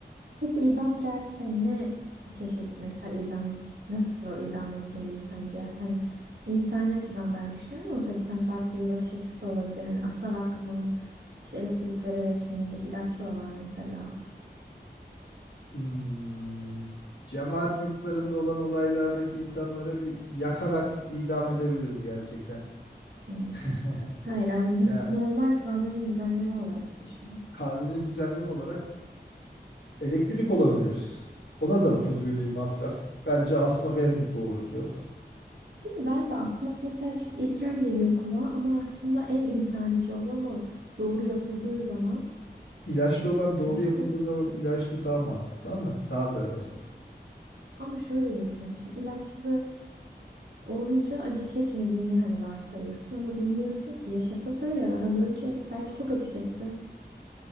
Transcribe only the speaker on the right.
Peki idam gelse ne çeşit mesela idam nasıl idam etmeliyiz sence? Yani insani açıdan ben düşünüyorum ama tabii sen farklı bir bakış açısı da olabilir. Hani asarak mı? işte elektrik vererek mi? ilaçla var mesela.
Hmm.
Hayır ama gü-
normal kanuni düzenleme olarak düşün.
<laughs>
Hmm.
Değil mi? Ben de asmak mesela çok ilkel geliyor kulağa ama aslında en insanice olan o doğru yapıldığı zaman
e,
acısız.
Ama şöyle düşün. Şimdi ilaçlı olunca acı çekmediğini hani varsayıyorsun ama bilmiyorsun ki yaşasa söyler adam ölecek. Belki çok acı çekti.